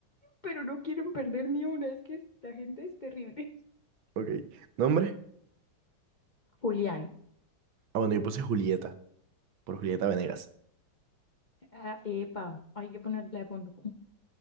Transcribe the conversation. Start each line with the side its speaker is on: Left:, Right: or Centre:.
Left: pero no quieren perder ni una. Es que la gente es terrible.
Right: Ok. ¿Nombre?
Left: <laughs> Julián.
Right: Ah, bueno, yo puse Julieta, por Julieta Venegas.
Left: Ah, epa, hay que ponerla de fondo.